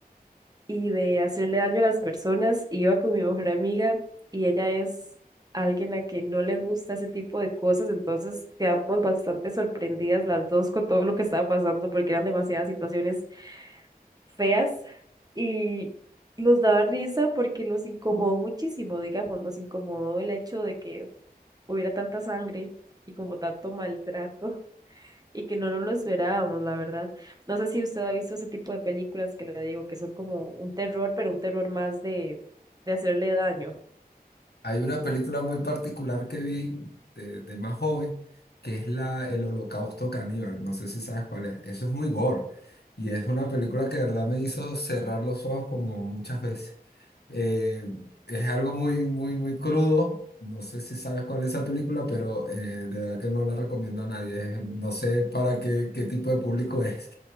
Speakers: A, on the right; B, on the left.
A: y de hacerle daño a las personas. Iba con mi mejor amiga y ella es alguien a quien no le gusta ese tipo de cosas, entonces quedamos bastante sorprendidas las dos con todo lo que estaba pasando porque eran demasiadas situaciones feas y nos daba risa porque nos incomodó muchísimo, digamos, nos incomodó el hecho de que hubiera tanta sangre y como tanto maltrato y que no nos lo esperábamos, la verdad. No sé si usted ha visto ese tipo de películas que le digo, que son como un terror, pero un terror más de, de hacerle daño.
B: Hay una película muy particular que vi de, de más joven, que es la El Holocausto Caníbal. No sé si sabes cuál es. Eso es muy gore. Y es una película que de verdad me hizo cerrar los ojos como muchas veces. Eh, es algo muy, muy, muy crudo. No sé si sabes cuál es esa película, pero eh, de verdad que no la recomiendo a nadie. Es- no sé para qué, qué tipo de público <laughs> es.